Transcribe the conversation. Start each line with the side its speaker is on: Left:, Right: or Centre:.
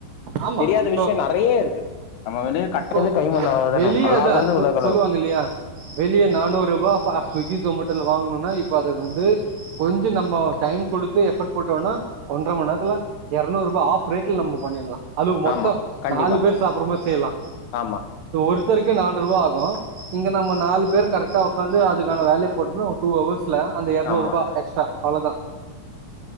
Right: ஆமா
Left: தெரியாத
Right: இப்போ
Left: விஷயம் நெறைய இருக்குது நம்ம வெளிய கட்றது
Right: இப்போ
Left: கைமண்ண
Right: எ-
Left: ளவு தான
Right: வெளியே
Left: கல்லாதது
Right: அதான் சொ-
Left: உலகளவு
Right: சொல்லுவாங்க இல்லையா வெளியே நானூ ரூபா ஸ்விகி ஜொமோட்டல வாங்கணும்னா இப்போ அதது வந்து கொஞ்ச நம்ம டைம் கொடுத்து எஃபர்ட் போட்டோனா ஒன்ற மண் நேரத்துல எரனூற்ரூபா ஆஃப் ரேட்ல நம்ம பண்ணிட்லா அதுவு மொத்த
Left: ஆமா கண்டிப்பா
Right: நாலு பேர் சாப்பிட்றமாறி செய்லா
Left: ஆமா
Right: கொடுத்தரைக்கு நானு ரூவா ஆகு இங்க நம்ம நாலு பேர் கரக்டா வந்து அதுக்கான வேல்யூ போட்டன டூ ஹவர்ஸ்ல அந்த எரநூற்
Left: ஆமா
Right: ரூபா எக்ஸ்ட்ரா அவ்ளோதா